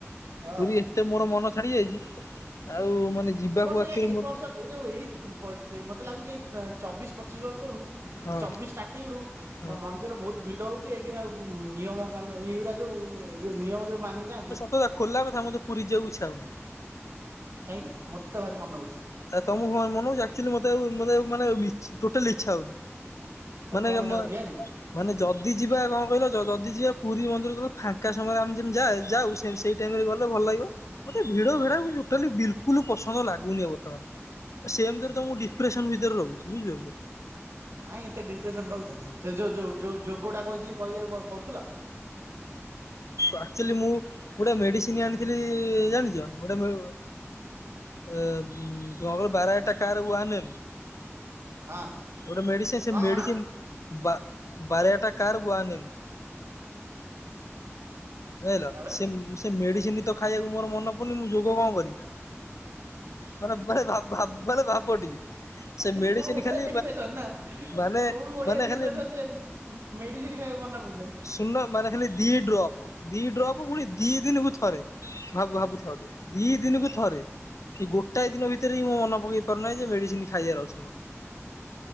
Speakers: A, on the right; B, on the left.
A: ହଁ।
B: ପୁରୀ ଏତେ ମୋର ମନ ଛାଡି ଯାଇଚି ଆଉ ମାନେ ଯିବାକୁ
A: ଏ ବର୍ଷ
B: ଆକ୍ଚୁଆଲି
A: ଏ ଏଇ
B: ମୋର
A: ବର୍ଷ ଏଇ ଯୋଉ ଏଇ ବ ବ ମତେ ଲାଗୁଚି ଏଇ ବ ଚବିଶ ପଚିଶ ବର୍ଷବଳୁ
B: ହଁ
A: ମାନେ ଚବିଶ ଷ୍ଟାର୍ଟିଂ ରୁ
B: ହଁ।
A: ମ ମନ୍ଦିର ବହୁତ ଭିଡ ହଉଚି ଏକେରେ ଆଉ ନିୟମ କାନୁନ ଏଇଉରା ଯୋଉ ଏଇ ଯୋଉ ନିୟମ ଯୋଉ ମାନି ଯାଆନ୍ତି
B: ତଆ ଖୋଲା କଥା ମତେ ପୁରୀ ଯିବାକୁୁ ଇଛା ହଉନି।
A: କାହିଁକି ମତେ ତ ଭାରି ମନ ହଉଚି।
B: ଆ ତମୁକୁ ମନ ଆକ୍ଚୋଲୋ ମତେ ଆଉ ମାନେ ମାନେ ଇଚ୍ ଟୋଟାଲି ଇଛା ହଉନି।
A: ତାହେଲେ
B: ମାନେ
A: କଣ କହୁଛ
B: ମ
A: ଆଉ ଯିବା ନାଇଁ
B: ମାନେ ଯଦି ଯିବା କଣ କହିଲ ଯଦି ଯିବା ପୁରୀ ମନ୍ଦିର ତ ଫାଙ୍କା ସମୟରେ ଆମେ ଯେମ୍ ଯା ଯାଉ ସେ ସେଇ ଟାଇମରେ ଗଲେ ଭଲ ଲାଗିବ। ମତେ ଭିଡ ଭିଡକୁ ଟୋଟଲି ବିଲୁକୁଲ ପସନ୍ଦ ଲାଗୁନି ବର୍ତ୍ତମାନ। ଏ ସେମତିରେ ତମକୁ ଡିପ୍ରେସନ ଭିତରେ ରହୁଚି ବୁଝିପାରୁଚ।
A: କାଇଁ ଏତେ ଡିପ୍ରେସନ ରହୁଚ ସେ ଯୋଉ ଯୋଉ ଯୋଉ ଯୋଗ ଟା କହିଥିଲି କହିବାକୁ କ କରୁଥିଲ
B: ଆକ୍ଚୋଲି ମୁଁ ଗୋଟେ ମେଡିସିନ ଆଣିଥିଲି ଜାଣିଚ ଗୋଟେ ମୁ ଏ ଉଁ ଜଳର ବାରାଇଟ ଟା କାହାର ୱାଲ?
A: ହଁ
B: ଗୋଟେ ମେଡିସିନ ସେ
A: କଣ
B: ମେଡିସିନ
A: କଣ
B: ବା ବାରେଆଟା କାର ବୁଆନି। ଯାଇଲ
A: ତାପରେ
B: ସେ ସେ ମେଡିସିନ ତ ଖାଇବାକୁ ମୋର ମନ ପଡୁନି ମୁଁ ଯୋଗ କଣ କରିବି। ମାନେ ଭାଇ ଭା ଭା ମାନେ ଭାବ ଟିକେ। ସେ ମେଡିସିନ
A: କୋଉ ଭଳିିଆ
B: ଖାଲି
A: ଡିପ୍ରେସନ ନା
B: ମାନେ
A: କୋଉ ଭଳିିଆ
B: ମାନେ
A: ଡିପ୍ରେସନ
B: ଖାଲି
A: ଯେ ମେ ମେଡିସିନ୍ ଖାଇବାକୁ ମନେ ପଡୁନି।
B: ସୁନ ମାନେ ଖାଲି ଦି ଡ୍ରପ୍ ଦି ଡ୍ରପ ପୁଣି ଦି ଦିନକୁ ଥରେ। ଭାବୁ ଭାବୁ ଥାଅ ଟିକେ ଦିର୍ ଦିନକୁ ଥରେ ସେ ଗୋଟାଏ ଦିନ ଭିତରେ ହିଁ ମୋ ମନ ପକେଇ ପାରୁନାହିଁ ଯେ ମେଡ଼ିସିନ ଖାଇବାର ଅଛି ମୋର।